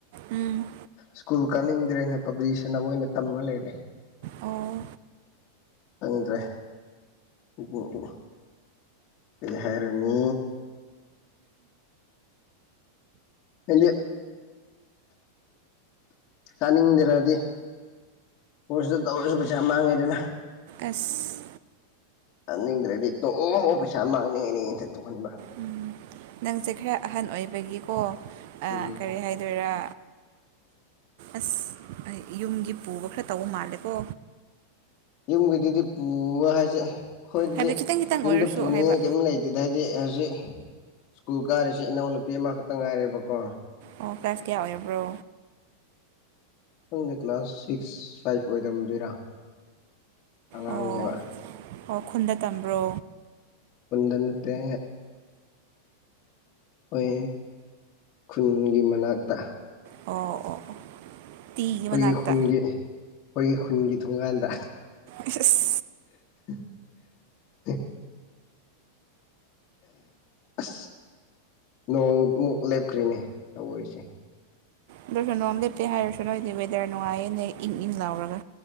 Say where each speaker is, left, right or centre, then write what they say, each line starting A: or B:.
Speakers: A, on the right; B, on the left.
A: ꯎꯝ
B: ꯁ꯭ꯀꯨꯜ ꯀꯥꯅꯤꯡꯗ꯭ꯔꯦꯅ ꯄꯕ꯭ꯂꯤꯇꯁꯟ ꯑꯃ ꯑꯣꯏꯅ ꯇꯝꯃ ꯂꯩꯔꯦ
A: ꯑꯣ
B: ꯈꯪꯗ꯭ꯔꯦ ꯎꯕ ꯎꯕ ꯀꯩ ꯍꯥꯏꯔꯅꯤ꯫ ꯑꯩꯗꯤ ꯀꯥꯅꯤꯡꯗ꯭ꯔꯗꯤ ꯄꯣꯏꯁꯤꯇ ꯇꯧꯔꯁꯨ ꯄꯩꯁꯥ ꯃꯥꯡꯉꯦꯗꯅ
A: ꯑꯁ
B: ꯆꯅꯤꯡꯗ꯭ꯔꯗꯤ ꯇꯣꯛꯑꯣ ꯄꯩꯁꯥ ꯃꯥꯡꯅꯤꯡꯉꯦꯅꯦ ꯏꯟꯊ ꯇꯣꯛꯍꯟꯕ
A: ꯎꯝ ꯅꯪꯁꯦ ꯈꯔ ꯑꯍꯟ ꯑꯣꯏꯕꯒꯤꯀꯣ
B: ꯎꯝ
A: ꯀꯔꯤ ꯍꯥꯏꯅ ꯑꯗꯨꯔ ꯑꯁ ꯌꯨꯝꯒꯤ ꯄꯨꯕ ꯈꯔ ꯇꯧꯕ ꯃꯥꯜꯂꯦꯀꯣ
B: ꯌꯨꯝꯒꯤꯗꯨꯗꯤ ꯄꯨꯕ ꯍꯥꯏꯁꯦ ꯑꯩꯈꯣꯏꯗꯤ
A: ꯍꯥꯏꯕꯗꯤ ꯈꯤꯇꯪ ꯈꯤꯇꯪ
B: ꯌꯨꯝꯗ
A: ꯑꯣꯏꯔꯁꯨ
B: ꯄꯨꯅꯤꯡꯉꯥꯏ
A: ꯍꯥꯏꯕ
B: ꯀꯩꯏꯝ ꯂꯩꯇꯦ ꯗꯨꯗꯩꯗꯤ ꯍꯧꯖꯤꯛ ꯁ꯭ꯀꯨꯜ ꯀꯥꯔꯤꯁꯤ ꯏꯅꯥꯎꯅꯨꯄꯤ ꯑꯃꯈꯛꯇ ꯉꯥꯢꯔꯦꯕꯀꯣ꯫
A: ꯑꯣ ꯀ꯭ꯂꯥꯁ ꯀꯌꯥ ꯑꯣꯏꯔꯕ꯭ꯔꯣ
B: ꯈꯪꯗꯦ ꯀ꯭ꯂꯥꯁ ꯁꯤꯛꯁ ꯐꯥꯏꯐ ꯑꯣꯏꯗꯝꯗꯣꯏꯔ ꯑꯉꯥꯡꯅꯦꯕ꯫
A: ꯑꯣ ꯑꯣ ꯈꯨꯟꯗ ꯇꯝꯕ꯭ꯔꯣ꯫
B: ꯄꯨꯟꯗ ꯅꯠꯇ ꯍꯣꯢ ꯈꯨꯟꯒꯤ ꯃꯅꯥꯛꯇ
A: ꯑꯣ ꯑꯣ ꯑꯣ ꯇꯤꯒꯤ
B: ꯈꯣꯢꯒꯤ
A: ꯃꯅꯥꯛꯇ
B: ꯈꯨꯟꯒꯤ ꯈꯣꯢꯒꯤ ꯈꯨꯟꯒꯤ ꯊꯣꯡꯒꯥꯟꯗ
A: ꯑꯁ꯫
B: <inaudible> ꯑꯁ ꯅꯣꯡꯃꯨꯛ ꯂꯦꯞꯈ꯭ꯔꯔꯤꯅꯦ ꯇꯔꯤꯁꯦ
A: ꯑꯗꯨꯁꯨ ꯅꯣꯡ ꯂꯦꯞꯇꯦ ꯍꯥꯢꯔꯁꯨ ꯅꯣꯢꯗꯤ ꯋꯦꯗꯔ ꯅꯨꯡꯉꯥꯢꯌꯦꯅꯦ ꯏꯪ ꯏꯪ ꯂꯥꯎꯔꯒ꯫